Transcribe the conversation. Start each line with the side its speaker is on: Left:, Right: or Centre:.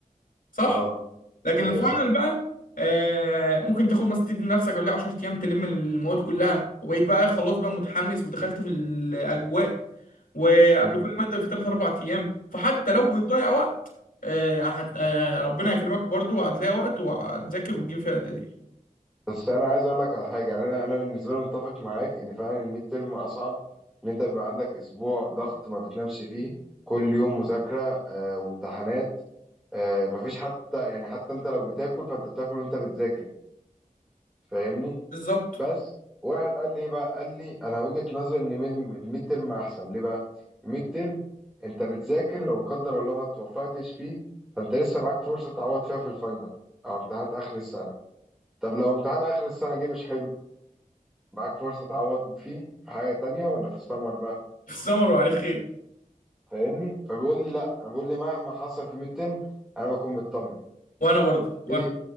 Left: صح
Centre: اه
Left: لكن
Centre: ايوه
Left: الفاينل
Centre: صح
Left: بقى آه ممكن تاخد مثلا تدي لنفسك قبلها 10 ايام تلم المواد كلها وبقيت بقى خلاص بقى متحمس ودخلت في الاجواء وقبل
Centre: مم.
Left: كل ماده في 3 4 ايام فحتى لو بتضيع وقت آه هت... آه ربنا هيكرمك برضو وهتلاقي وقت وهتذاكر وتجيب فيها تقدير
Centre: بس انا عايز اقول لك على حاجه يعني انا انا بالنسبه لي متفق معاك ان فعلا الميد تيرم اصعب ان انت بيبقى عندك اسبوع ضغط ما بتنامش فيه كل يوم مذاكره آه وامتحانات آه مفيش حتى يعني حتى انت لو بتاكل فانت بتاكل وانت بتذاكر فاهمني
Left: بالظبط
Centre: بس واحد قال لي إيه بقى قال لي انا وجهة نظري ان ميد- الميد ترم احسن ليه بقى الميد ترم انت بتذاكر لو لا قدر الله ما توفقتش فيه فانت لسه معاك فرصة تعوض فيها في الفاينل او امتحانات اخر السنة طب لو امتحان اخر السنة جه مش حلو معاك فرصة تعوض فيه في حاجة تانية ولا في السمر بقى
Left: في السمر وعليه خير
Centre: فاهمني فبيقول لي لا انا بقول لي مهما حصل في الميد ترم انا بكون مطمن
Left: وانا برضه وانا
Centre: ليه